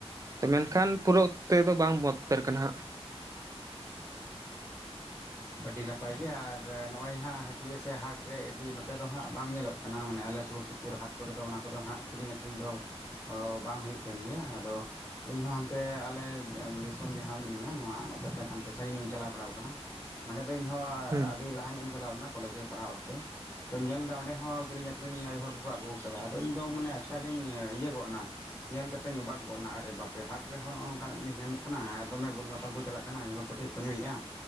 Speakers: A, on the right; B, on the left.
A: ᱛᱚ ᱢᱮᱱᱠᱷᱟᱱ ᱯᱩᱨᱟᱹ ᱚᱠᱛᱮ ᱫᱚ ᱵᱟᱝ ᱵᱚᱫᱽ ᱩᱛᱟᱹᱨ ᱟᱠᱟᱱᱟ ᱦᱟᱸᱜ
B: ᱟᱹᱰᱤ ᱱᱟᱯᱟᱭ ᱜᱮ ᱟᱨ ᱱᱚᱜᱼᱚᱭ ᱦᱟᱸᱜ ᱦᱟᱹᱴᱤᱭᱟᱹ ᱥᱮ ᱦᱟᱴ ᱨᱮ ᱤᱫᱤ ᱱᱚᱛᱮ ᱫᱚ ᱦᱟᱸᱜ ᱵᱟᱝ ᱧᱮᱞᱚᱜ ᱠᱟᱱᱟ ᱢᱟᱱᱮ ᱟᱞᱮ ᱥᱩᱨ ᱥᱩᱯᱩᱨ ᱥᱩᱯᱩᱨ ᱦᱟᱴ ᱠᱚᱨᱮ ᱫᱚ ᱚᱱᱟ ᱠᱚᱫᱚ ᱦᱟᱸᱜ ᱠᱤᱨᱤᱧ ᱟᱠᱷᱨᱤᱧ ᱫᱚ ᱵᱟᱝ ᱦᱩᱭᱩᱜ ᱛᱟᱦᱮᱸᱱ ᱜᱮᱭᱟ ᱟᱫᱚ ᱤᱧ ᱦᱚᱸ ᱦᱟᱱᱛᱮ ᱟᱞᱮ ᱫᱤᱥᱚᱢ ᱡᱟᱦᱟᱸ ᱢᱤᱱᱟᱹᱧᱟ ᱱᱚᱣᱟ <unintelligible> ᱠᱷᱚᱱ ᱦᱟᱱᱛᱮ ᱥᱟᱺᱜᱤᱧ ᱧᱚᱜ ᱤᱧ ᱪᱟᱞᱟᱣ ᱵᱟᱲᱟ ᱟᱠᱟᱱᱟ ᱚᱸᱰᱮ ᱫᱚ ᱤᱧᱦᱚᱸ
A: ᱦᱟᱸᱜ
B: ᱟᱹᱰᱤ ᱞᱟᱦᱟ ᱧᱚᱜ ᱤᱧ ᱪᱟᱞᱟᱣ ᱞᱮᱱᱟ ᱠᱚᱞᱮᱡᱽ ᱨᱮ ᱯᱟᱲᱦᱟᱣ ᱚᱠᱛᱮ ᱛᱚᱧ ᱧᱮᱞ ᱮᱫᱟ ᱚᱸᱰᱮ ᱦᱚᱸ ᱠᱤᱨᱤᱧ ᱟᱠᱷᱨᱤᱧ ᱟᱭᱳ ᱦᱚᱲ ᱠᱚᱠᱚ ᱟᱹᱜᱩ ᱟᱠᱟᱫᱟ ᱟᱫᱚ ᱤᱧᱫᱚ ᱢᱟᱱᱮ ᱟᱪᱠᱟ ᱜᱤᱧ ᱤᱭᱟᱹ ᱜᱚᱫ ᱮᱱᱟ ᱧᱮᱞ ᱠᱟᱛᱮᱧ ᱚᱵᱟᱜ ᱜᱚᱫ ᱮᱱᱟ ᱟᱨᱮ ᱵᱟᱯᱨᱮ ᱦᱟᱴ ᱨᱮᱦᱚᱸ ᱱᱚᱜᱼᱚ ᱱᱚᱝᱠᱟᱱᱟᱜ ᱡᱤᱱᱤᱥ ᱧᱟᱢᱚᱜ ᱠᱟᱱᱟ ᱟᱨ ᱫᱚᱢᱮ ᱵᱩᱞ ᱢᱟᱛᱟᱞ ᱠᱚ ᱪᱟᱞᱟᱜ ᱠᱟᱱᱟ ᱟᱭᱳ ᱦᱚᱲ ᱠᱚᱴᱷᱮᱱ᱾ ᱧᱩᱭᱮᱫᱼᱟ